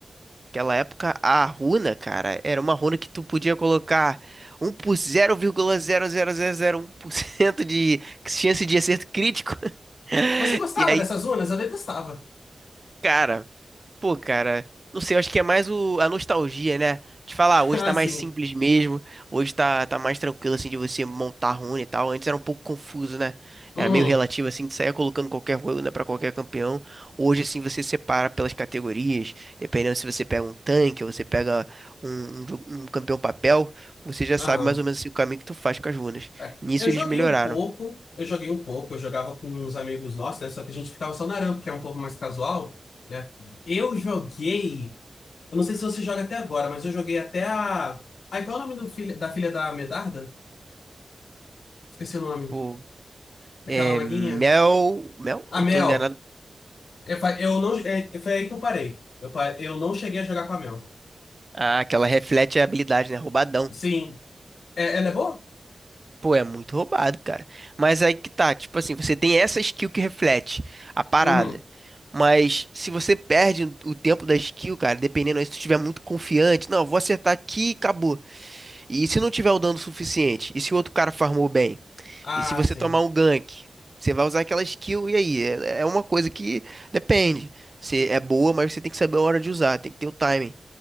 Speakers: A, on the right; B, on the left.
A: Naquela época, a runa, cara, era uma runa que tu podia colocar um por zero vírgula zero zero zero zero um por cento de chance de acerto crítico. <laughs> E
B: Você gostava
A: aí,
B: dessas zonas? Eu detestava. <laughs>
A: cara, Pô, cara, não sei, eu acho que é mais o, a nostalgia, né? De falar, ah, hoje
B: Ah,
A: tá mais
B: sim.
A: simples mesmo, hoje tá, tá mais tranquilo, assim, de você montar rune e tal. Antes era um pouco confuso, né?
B: Uhum.
A: Era meio relativo, assim, de sair colocando qualquer runa pra qualquer campeão. Hoje, assim, você separa pelas categorias, dependendo se você pega um tanque ou você pega um, um, jo- um campeão papel, você já
B: Aham.
A: sabe mais ou menos assim, o caminho que tu faz com as runas.
B: É.
A: Nisso
B: Eu
A: eles
B: joguei
A: melhoraram.
B: um pouco, eu joguei um pouco, eu jogava com uns amigos nossos, né? Só que a gente ficava só na rampa, que é um pouco mais casual, né? Eu joguei. Eu não sei se você joga até agora, mas eu joguei até a. Ai, qual é o nome do filho, da filha da Medarda? Esqueci o nome.
A: Pô,
B: Aquela
A: é,
B: maguinha.
A: Mel. Mel?
B: A
A: Eu
B: Mel.
A: tô enganado.
B: Eu, fa- eu não, é, foi aí que eu parei. Eu, pa- eu não cheguei a jogar com a Mel.
A: Ah, aquela reflete a habilidade, né? Roubadão.
B: Sim. É, ela é boa?
A: Pô, é muito roubado, cara. Mas aí que tá, tipo assim, você tem essa skill que reflete a parada.
B: Uhum.
A: Mas se você perde o tempo da skill, cara, dependendo aí, se tu estiver muito confiante, não, vou acertar aqui e acabou. E se não tiver o dano suficiente? E se o outro cara farmou bem?
B: Ah,
A: E se você
B: sim.
A: tomar um gank? Você vai usar aquela skill e aí? É, é uma coisa que depende. Você é boa, mas você tem que saber a hora de usar, tem que ter o timing.